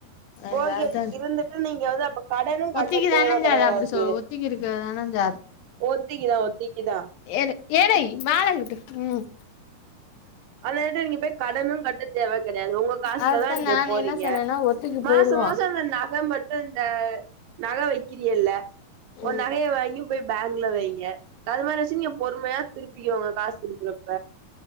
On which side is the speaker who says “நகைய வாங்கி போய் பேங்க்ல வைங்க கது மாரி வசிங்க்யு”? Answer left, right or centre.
Right